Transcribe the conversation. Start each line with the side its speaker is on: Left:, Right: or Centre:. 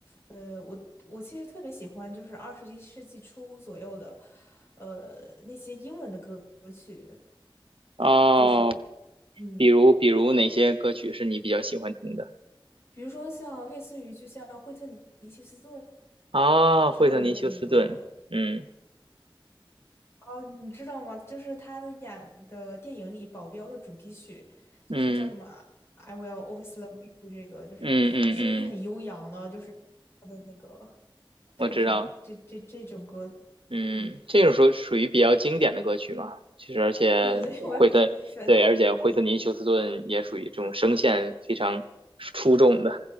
Left: 呃，我我其实特别喜欢，就是二十一世纪初左右的，呃，那些英文的歌歌曲，
Right: 哦，
Left: 就是嗯，
Right: 比如比如哪些歌曲是你比较喜欢听的？
Left: 比如说像类似于就像惠特尼休斯顿
Right: 啊，
Left: 唱的那个
Right: 惠特尼休斯顿，嗯
Left: 哦，你知道吗？就是他的演的电影里《保镖》的主题曲，就是叫什么啊
Right: 嗯
Left: I Will Always Love You》，这个就是声音很悠扬的，
Right: 嗯嗯嗯，
Left: 就是他的那个对这这这这种歌，
Right: 我知道，嗯，
Left: 嗯，
Right: 这种属属于比较经典的歌曲嘛，其实而且惠特，
Left: 对对对，<laughs> 我我就喜欢这个东西，
Right: 对，而且惠特尼休斯顿也属于这种声线非常出众的，